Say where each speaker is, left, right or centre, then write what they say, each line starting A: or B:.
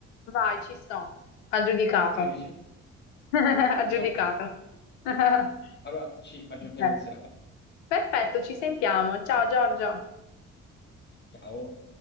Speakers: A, on the left; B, on the left.
A: Vai, ci sto. Aggiudicato.
B: Che dici?
A: <laughs> Aggiudicato.
B: Ok,
A: <laughs>
B: allora ci aggiorniamo
A: Ok.
B: in serata.
A: Perfetto, ci sentiamo. Ciao Giorgio.
B: Ciao.